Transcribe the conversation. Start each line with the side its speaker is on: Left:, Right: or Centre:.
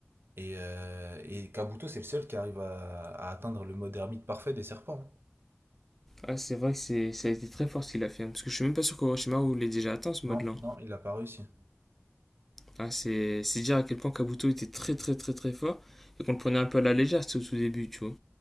Right: Et, euh, et Kabuto, c'est le seul qui arrive à, à atteindre le mode ermite parfait des serpents. hein.
Centre: Ah, c'est vrai que c'est, ça a été très fort ce qu'il a fait, hein, parce que je suis même pas sûr qu'Orochimaru l'ait déjà atteint, ce
Right: Non,
Centre: mode-là.
Right: non, il l'a pas réussi.
Centre: Ah, c'est, c'est dire à quel point Kabuto était très, très, très, très fort, et qu'on le prenait un peu à la légère, c'était au tout début, tu vois.